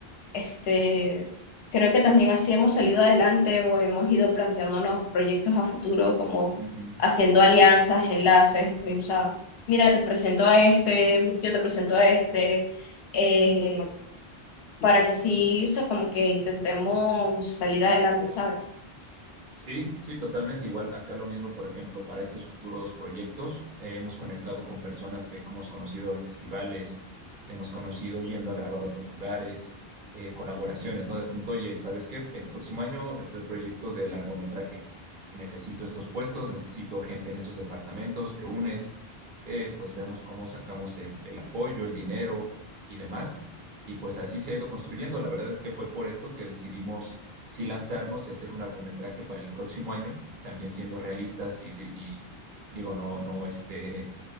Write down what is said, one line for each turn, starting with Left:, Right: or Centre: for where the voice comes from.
Left: este, creo que también así hemos salido adelante o hemos ido planteándonos proyectos a futuro como
Right: Ujú.
Left: haciendo alianzas, enlaces, o sea, mira, te presento a este, yo te presento a este, eh, para que así, o sea, como que intentemos salir adelante, ¿sabes?
Right: Sí, sí, totalmente. Igual acá lo mismo, por ejemplo, para estos futuros proyectos, eh, hemos conectado con personas que hemos conocido en festivales, que hemos conocido yendo a grabar a otros lugares, eh, colaboraciones, ¿no? De pronto, oye, ¿sabes qué? El próximo año está el proyecto de largometraje y necesito estos puestos, necesito gente en estos departamentos, te unes, eh, pues vemos cómo sacamos el, el apoyo, el dinero y demás. Y pues así se ha ido construyendo. La verdad es que fue por esto que decidimos sí lanzarnos y hacer un largometraje para el próximo año, también siendo realistas y, de- y digo, no, no, este,